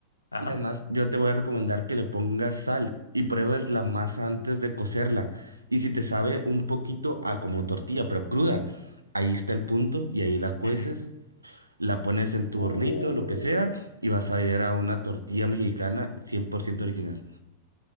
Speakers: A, on the left; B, on the right.
A: Ajá.
B: Y además, yo te voy a recomendar que le pongas sal y pruebes la masa antes de cocerla. Y si te sabe un poquito a como tortilla, pero cruda, ahí está el punto y ahí la cueces,
A: ujú.
B: la pones en tu
A: Oh.
B: hornito, lo que sea, y vas a ver a una tortilla mexicana 100% original.